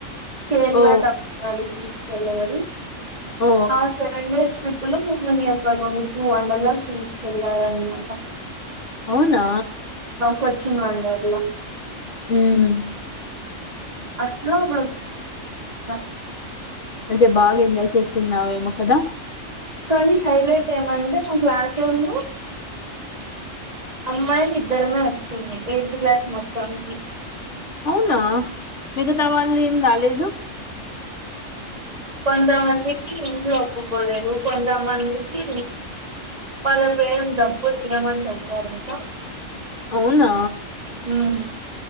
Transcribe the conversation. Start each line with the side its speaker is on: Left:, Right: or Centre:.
Right: కేరళ
Left: ఓ
Right: తమిళనాడు ప్జ ఎలరు
Left: ఓ
Right: ఆ సరే అండి ట్రిప్పు లో మమ్మల్ని అక్క రోజు వండర్లా పిసుుకెళ్ళాలి అన్నమాట
Left: అవునా
Right: కొచ్చిిన మండార
Left: మ్మ్
Right: అట్లా ఒక <unintelligible>
Left: అంటే బాగా ఎంజాయ్ చేస్తున్నావేమో కదా
Right: కానీ హైలైట్ ఏమండి మా క్లాస్ వాళ్ళు అమ్మాయి ఇద్దరమే వచ్చింది ఎయిత్ క్లాస్ మొత్తం క
Left: అవునా మిగతా వాళ్ళు ఏం రాలేదు
Right: కొంతమందికి ఇంట్లో ఒప్పుకోలేదు కొందమందికి పద ే డబ్బు నియమని చ సంటా
Left: అవునా
Right: మ్మ్